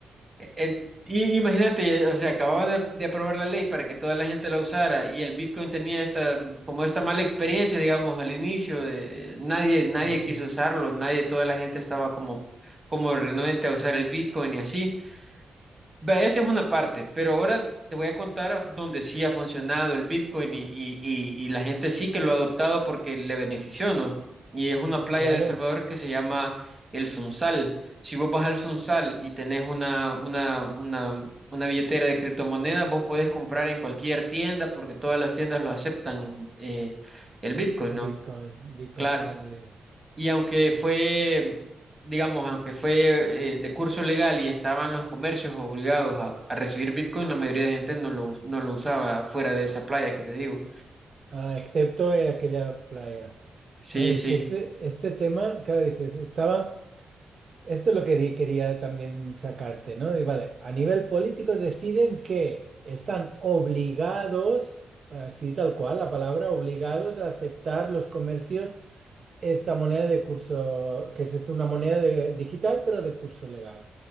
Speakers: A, on the right; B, on the right.
A: En- y imagínate, o sea, acababan de, de aprobar la ley para que toda la gente la usara y el Bitcoin tenía esta, como esta mala experiencia, digamos, al inicio, de- nadie, nadie
B: ujú.
A: quiso usarlo, nadie, toda la gente estaba como, como renuente a usar el Bitcoin y así. Vea, esa es una parte, pero ahora te voy a contar donde sí ha funcionado el Bitcoin y, y- y- y la gente sí que lo ha adoptado porque le benefició, ¿no? Y es una playa
B: Claro,
A: de El Salvador que se llama El Sunsal. Si vos vas al Sunsal y tenés una, una, una, una billetera de criptomonedas, vos podés comprar en cualquier tienda porque todas las tiendas lo aceptan, eh, el Bitcoin, ¿no?
B: Bitcoin, Bitcoin
A: Claro.
B: friendly.
A: Y aunque fue,
B: Mm.
A: digamos, aunque fue eh, de curso legal y estaban los comercios obligados a, a recibir Bitcoin, la mayoría de gente no lo, us- no lo usaba fuera de esa playa que te digo.
B: Ah, excepto en aquella playa.
A: Sí,
B: Vale,
A: sí.
B: es que este, este tema, claro, dices, estaba... Esto es lo que di- quería también sacarte, ¿no? Y vale, a nivel político deciden que están obligados, así tal cual la palabra, obligados a aceptar los comercios esta moneda de curso, que es esto, una moneda de- digital, pero de curso legal.